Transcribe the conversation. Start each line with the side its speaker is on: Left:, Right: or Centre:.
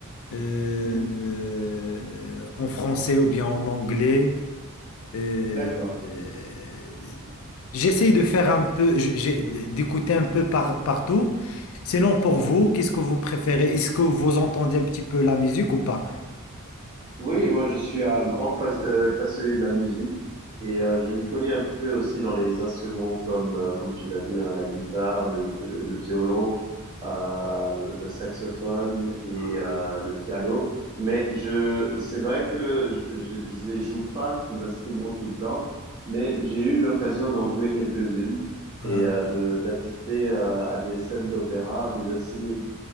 Left: euh,
Right: hmm,
Left: en français ou bien en anglais. Euh,
Right: d'accord.
Left: euh, j'essaye de faire un peu, j- j'ai- d'écouter un peu par, partout. Sinon, pour vous, qu'est-ce que vous préférez? Est-ce que vous entendez un petit peu la musique ou pas?
Right: Oui, moi je suis un grand fa- euh, passionné de la musique et euh, je m'y connais un peu aussi dans les instruments comme, euh, comme tu l'as dit, hein, la guitare, le, le violon, euh, le saxophone et
Left: Ah,
Right: euh, le piano. Mais je, c'est vrai que je, je, je les joue pas ces instruments tout le temps, mais j'ai eu l'occasion d'en jouer quelques-unes
Left: ah,
Right: et euh, de d'assister euh, à des scènes d'opéra, mais aussi